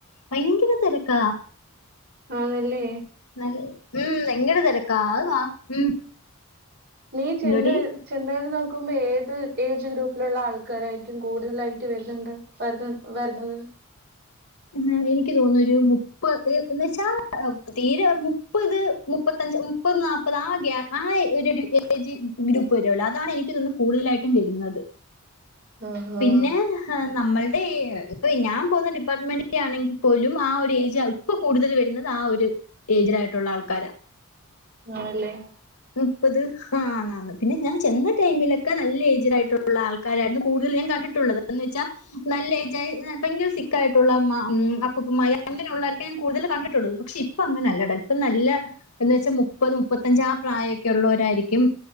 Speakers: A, on the left (about 85°); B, on the right (about 45°).
A: ഭയങ്കര തെരക്കാ
B: ആന്നല്ലേ
A: നൽ ഉം ഭയങ്കര തെരക്കാ അത് ഉം
B: നീ ചെന്ന്
A: എന്തോടി
B: ചെന്നായ്ര്ന്നോ ക്കുമ്പോ ഏത് ഏജ് ഗ്രൂപ്പിലുള്ള ആൾക്കാരായിരിക്കും കൂടുതലായിട്ട് വരുന്നുണ്ട് വര്ന്ന് വര്ന്നത്
A: ഉം എനിക്ക് തോന്നുന്നു ഒരു മുപ്പത് എന്ന്ച്ചാ തീരെ മുപ്പത് മുപ്പത്തഞ്ച് മുപ്പത് നാപ്പത് ആ ഗ്യാ ആ ഒരു ടി ഏജ് ഗ്രൂപ്പ് വരല്ലോ അതാണ് എനിക്കിതൊന്നുന്നു കൂടുതലായിട്ടും വെരുന്നത്
B: ആഹാ
A: പിന്നെ ഹ് നമ്മൾ <inaudible> ഇപ്പൊ ഞാൻ പോകുന്ന ഡിപ്പാർട്ട്മെന്റ ആണെങ്കിൽ പോലും ആ ഒരു ഏജ് ഇപ്പൊ കൂടുതൽ വരുന്നത് ആ ഒരു ഏജിലായിട്ടുള്ള ആൾക്കാരാ
B: ആണല്ലേ
A: മുപ്പത് ഹാ ആന്ന് പിന്നെ ഞാൻ ചെന്ന ടൈമിലൊക്ക നല്ല ഏജ്ഡ് ആയിട്ടുള്ള ആൾക്കാരായിരുന്നു കൂടുതൽ ഞാൻ കണ്ടിട്ടുള്ളത്. എന്ന് വെച്ചാ നല്ല ഏജായി ഭയങ്കര സ്ട്രി ക്കായിട്ടുള്ള മ ഉം അപ്പൂപ്പൻമാര് അങ്ങനെ ഉളോരൊക്കെ ഞാൻ കൂടുതലും കണ്ടിട്ടുള്ളത് പക്ഷെ ഇപ്പ അങ്ങനല്ല ഡാ. ഇപ്പം നല്ല എന്ന് വെച്ചാൽ മുപ്പത് മുപ്പത്തഞ്ച് ആ പ്രായൊക്കെ ഉള്ളോരായിരിക്കും കും